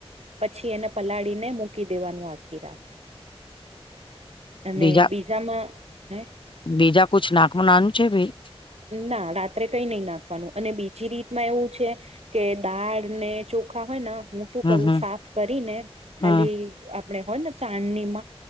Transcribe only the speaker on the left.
બીજા
બીજા કુછ નાખમાં નાનું છે ભઈ?
હમ
હમ
હમ